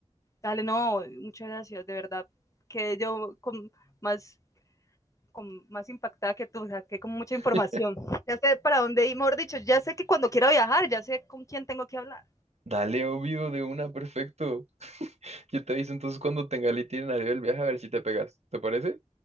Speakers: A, on the left; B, on the right.
A: Dale, no, muchas gracias, de verdad, que yo con más, con más impactada que tú, o sea, que con mucha información.
B: <laughs>
A: Ya sé para dónde ir, mejor dicho, ya sé que cuando quiera viajar, ya sé con quién tengo que hablar.
B: Dale, obvio, de una, perfecto. Yo te aviso entonces cuando tenga el itinerario del viaje a ver si te pegas, ¿te parece?